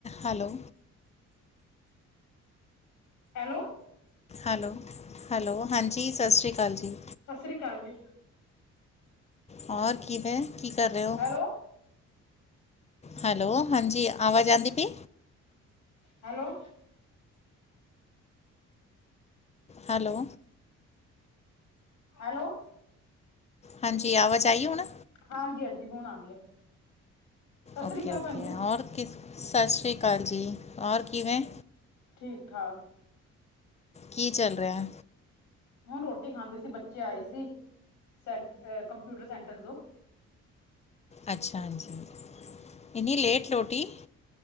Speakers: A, on the left; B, on the left.
A: Hello
B: hello
A: hello hello ਹਾਂਜੀ ਸਤਿ ਸ਼੍ਰੀ ਅਕਾਲ ਜੀ।
B: ਸਤਿ ਸ੍ਰੀ ਅਕਾਲ ਜੀ
A: ਹੋਰ ਕਿਵੇਂ ਕੀ ਕਰ ਰਹੇ ਹੋ?
B: ਹੈਲੋ
A: ਹੈਲੋ ਹਾਂਜੀ ਆਵਾਜ ਆਂਦੀ ਪੀਏ?
B: ਹੈਲੋ
A: ਹੈਲੋ
B: ਹੈਲੋ
A: ਹਾਂਜੀ ਆਵਾਜ ਆਈ ਹੁਣ?
B: ਹਾਂਜੀ-ਹਾਂਜੀ ਹੁਣ ਆਉਂਦੀ ਹੈ। ਸਤਿ
A: ਓਕੇ
B: ਸ੍ਰੀ ਅਕਾਲ
A: ਓਕੇ
B: ਭੈਣਜੀ
A: ਔਰ ਕਿਸ ਸਤਿ ਸ਼੍ਰੀ ਅਕਾਲ ਜੀ। ਹੋਰ ਕਿਵੇਂ।
B: ਠੀਕ -ਠਾਕ।
A: ਕੀ ਚੱਲ ਰਿਹਾ।
B: ਉਹ ਰੋਟੀ ਖਾਂਦੇ ਸੀ ਬੱਚੇ ਆਏ ਸੀ ਸ ਕੰਪਿਊਟਰ ਸੈਂਟਰ ਤੋਂ।
A: ਅੱਛਾ। ਹਾਂਜੀ। ਇਨੀ ਲੇਟ ਰੋਟੀ।